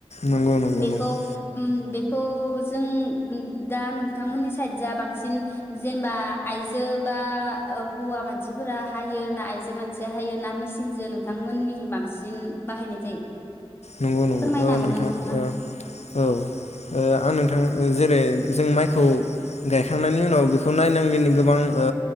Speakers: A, on the left; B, on the left.
A: नंगौ नंगौ
B: बेखौ
A: नंगौ
B: उम बे खौ जों दा नोंथांमोननि साइड जा बांसिन जेनेबा आइजो बा हौवा मानसिफोरा हायो ना आइजो मानसिया हायो ना मिसिनजों नोंथांमोननिसि बांसिन बाहायनाय जायो
A: नंगौ नंगौ
B: फोरमायनो
A: ओ
B: हागोन
A: नोंथां
B: ना नोंथाङा?
A: ओ औ ओ आं नोंथां जेरै जों माइखौ गायखांनायनि उनाव बेखौ नायनांगौनि गोबां ओ